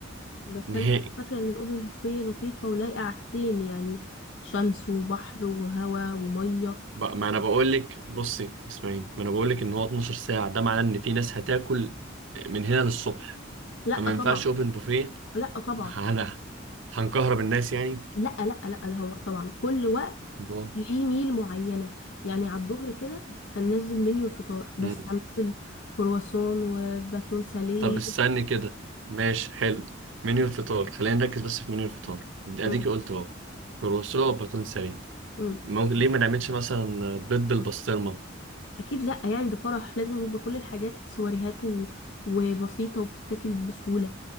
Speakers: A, on the left; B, on the right.
A: بس
B: نهائي
A: انا كنت فاكره ان الاوبن بوفيه لطيفه ولايقه على السيم يعني شمس وبحر وهواء وميه
B: بقى ما انا بقول لك بصي اسمعيني ما انا بقول لك ان هو 12 ساعه ده معناه ان في ناس هتاكل من هنا للصبح
A: لا
B: فما
A: طبعا
B: ينفعش اوبن بوفيه
A: لا طبعا
B: انا هنكهرب الناس يعني
A: لا لا لا ده هو طبعا كل وقت
B: الله.
A: ليه ميل معينه يعني على الظهر كده هننزل منيو الفطار بس
B: مم.
A: هننزل كرواسون وباتون ساليه
B: طب استني كده ماشي حلو منيو الفطار خلينا نركز بس في منيو الفطار اديكي
A: مم.
B: قلت اهو كروسو باتون سريع
A: مم.
B: ممكن ليه ما نعملش مثلا بيض بالبسطرمة
A: اكيد لا يعني ده فرح لازم يبقى كل الحاجات سواريهات و... وبسيطه وبتتاكل بسهوله